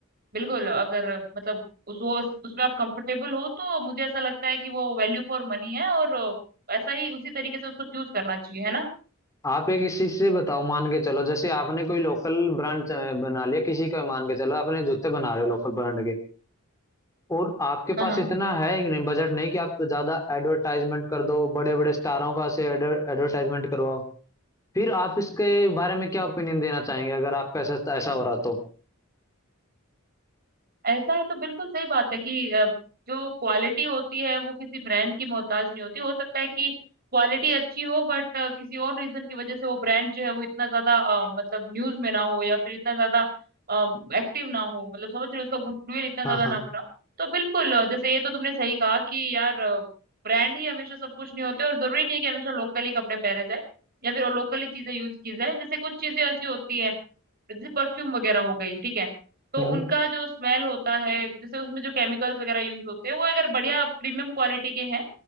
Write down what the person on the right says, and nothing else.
बिल्कुल अगर मतलब उस वो उसमें आप कंफर्टेबल हो तो मुझे ऐसा लगता है कि वो वैल्यू फॉर मनी है और अ, ऐसा ही उसी तरीके से उसको चूज करना चाहिए है ना
हाँ
ऐसा है तो बिल्कुल सही बात है कि अ, जो क्वालिटी होती है वो किसी ब्रांड की मोहताज नहीं होती हो सकता है कि क्वालिटी अच्छी हो बट किसी और रीजन की वजह से वो ब्रांड जो है वो इतना ज्यादा अ, मतलब न्यूज में ना हो या फिर इतना ज्यादा एक्टिव ना हो मतलब समझ रहे हो उसका गुडविल इतना ज्यादा
ना बनाओ तो बिल्कुल अ, जैसे ये तो तुमने सही कहा कि यार ब्रांड ही हमेशा सब कुछ नहीं होते और जरूरी नहीं है कि हमेशा लोकली कपड़े पहने जाए या फिर लोकली चीजें यूज की जाए जैसे कुछ चीजें ऐसी होती है जैसे परफ्यूम वगैरह हो गई ठीक है तो
उनका जो स्मेल होता है जैसे उसमें जो केमिकल्स वगैरह यूज होते हैं वो अगर बढ़िया प्रीमियम क्वालिटी के हैं